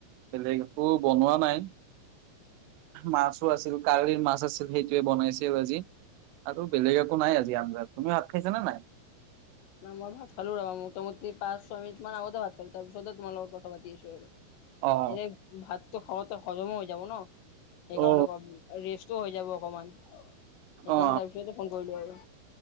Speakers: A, on the right (about 80°); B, on the left (about 80°).
A: বেলেগ একো বনোৱা নাই মাছো আছিল কালিৰ মাছ আছিল সেইটোৱে বনাইছে আজি আৰু বেলেগ একো নাই আজি আঞ্জাত তুমি ভাত খাইছা নে নাই?
B: ন মই ভাত খালো মোটা মুটি পাঁচ ছয় মিনিট মান আগতে ভাত খালো তাৰ পিছতহে তোমাৰ লগত কথাাপতি আছো আৰু
A: অ
B: এনে ভাতটো খাৱতে হজমো হৈ যাব ন সেইকাৰণে
A: অ
B: ৰেষ্ট হৈ যাব অকমান সেইকাৰণে
A: অ
B: তাৰপিছতে ফোন কৰিলো আৰু